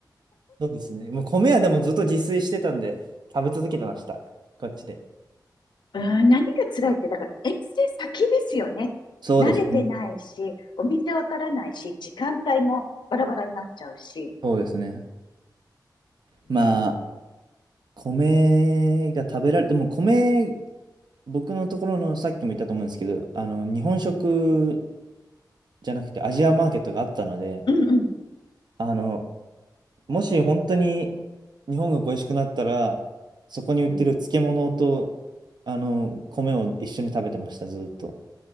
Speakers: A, on the right (about 70°); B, on the left (about 75°).
A: そうですね。もう米はでもずっと自炊してたんで、食べ続けてました。こっちで。
B: うん、何が辛いって、だから遠征先ですよね。
A: そうですね。
B: 慣れてないし、お店わからないし、時間帯もバラバラになっちゃうし。
A: そうですね。
B: ね。
A: まあ、米が食べられて、もう米、僕のところのさっきも言ったと思うんですけど、あの、日本食じゃなくてアジアマーケットがあったので、
B: うんうん。
A: あの、もし本当に日本が恋しくなったら、そこに売ってる漬物と、
B: うん
A: あの、米を一緒に食べてました、ずっと。